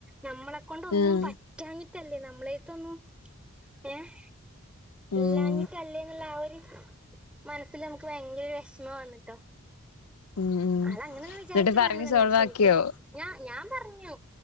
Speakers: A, in the centre; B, on the left.
A: നമ്മളെ കൊണ്ട് ഒന്നും
B: ഉം
A: പ റ്റാഞ്ഞിട്ടല്ലേ നമ്മളെത്തൊന്നു ഏഹ്
B: ഉം
A: ഇല്ലാഞ്ഞിട്ട് അല്ലേന്നാ ഒരു മനസ്സിൽ നമുക്ക് ഭയങ്കര വിഷമം വന്നിട്ടോ
B: ഉം ഉം
A: അത് അങ്ങനെ ഒന്ന് വിചാരിച്ച്
B: എന്നിട്ട് പറഞ്ഞ്
A: പറഞ്ഞതല്ല
B: സോൾവ്
A: പക്ഷെ
B: ആക്കിയോ
A: എനിക്ക് ഞാൻ ഞാൻ പറഞ്ഞു